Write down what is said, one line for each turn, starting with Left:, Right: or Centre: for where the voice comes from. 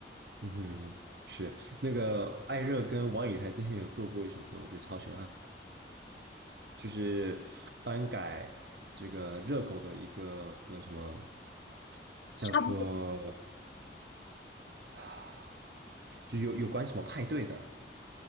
Right: 嗯哼嗯哼，是那个艾热跟王以太之前有做过一首歌，我觉得超喜欢，就是翻改这个热狗的一个歌，什么叫做
Left: 差不多。
Right: 啊就有有关什么派对的，